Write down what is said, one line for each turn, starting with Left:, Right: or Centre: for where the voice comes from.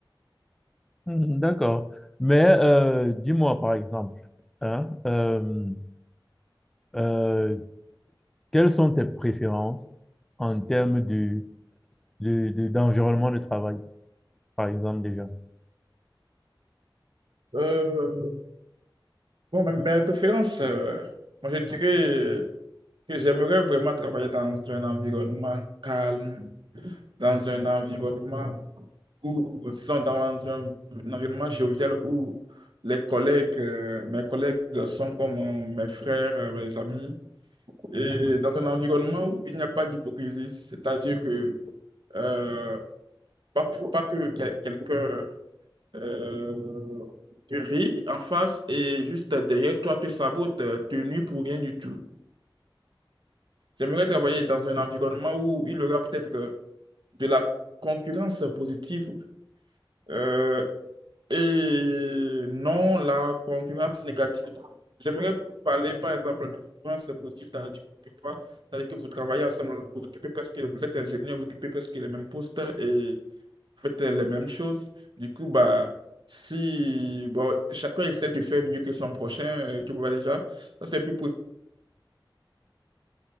Centre: Mhm, D'accord. Mais euh, dis-moi, par exemple, hein, euh, euh, quelles sont tes préférences en termes de, de, de- d'environnement de travail, par exemple, déjà?
Right: Euh, bon, mais mes préférences, euh, moi je dirais. que j'aimerais vraiment travailler dans un environnement calme, dans un environnement où, sont dans un, un environnement jovial où les collègues, euh, mes collègues sont comme euh, mes frères, euh, mes amis, et dans un environnement où il n'y a pas d'hypocrisie, c'est-à-dire que euh, pas, faut pas que quel- quelqu'un euh, te rit en face et juste derrière toi te sabote, euh, te nuit pour rien du tout. J'aimerais travailler dans un environnement où il y aura peut-être euh, de la concurrence positive euh, et non la concurrence négative. J'aimerais parler par exemple de concurrence positive, c'est-à-dire que quoi? C'est-à-dire que vous travaillez ensemble, vous occupez presque, vous êtes ingénieur, vous occupez presque les mêmes postes et vous faites les mêmes choses. Du coup, bah, si bon, chacun essaie de faire mieux que son prochain, euh, tu vois déjà, ça c'est un peu pour